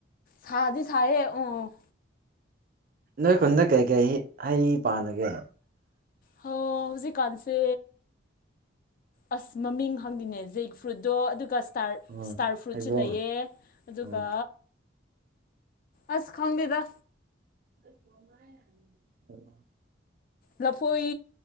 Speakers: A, on the left; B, on the right.
A: ꯁꯗꯤ ꯁꯥꯏꯌꯦ ꯎꯪ꯫
B: ꯅꯣꯏ ꯈꯨꯟꯗ ꯀꯩꯀꯩ ꯍꯩ ꯄꯥꯂꯒꯦ?
A: ꯍ ꯍꯧꯖꯤꯛ ꯀꯥꯟꯁꯦ ꯑꯁ ꯃꯃꯤꯡ ꯍꯪꯉꯗꯦꯅꯦ ꯖꯦꯛ ꯐ꯭ꯔꯨꯏꯠꯇꯣ ꯑꯗꯨꯒ ꯏꯁꯇꯥꯔ-ꯏꯁꯇꯥꯔ
B: ꯎꯝ
A: ꯐ꯭ꯔꯨꯠꯁꯨ
B: ꯍꯩꯕꯣꯡ
A: ꯂꯩꯌꯦ ꯑꯗꯨꯒ
B: ꯎꯝ
A: ꯑꯁ ꯈꯪꯗꯦꯗ꯫
B: <inaudible>
A: ꯂꯐꯣꯏ